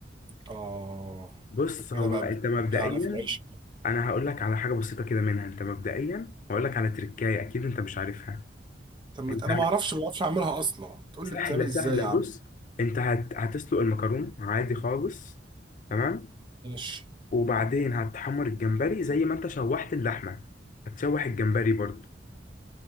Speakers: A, on the right; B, on the left.
A: اه
B: بص
A: كده
B: هو
A: بقى
B: انت
A: بتحكي
B: مبدئيا
A: على في العيش
B: انا هقول لك على حاجه بسيطه كده منها انت مبدئيا هقول لك على تركايه اكيد انت مش عارفها
A: طب ما
B: انت
A: ت- انا ما اعرفش ما بعرفش اعملها اصلا تقول
B: سهله
A: لي بتعمل
B: سهله
A: ازاي يا عم
B: بص انت هت... هتسلق المكرونه عادي خالص تمام
A: ماشي
B: وبعدين هتحمر الجمبري زي ما انت شوحت اللحمه هتشوح الجمبري برضو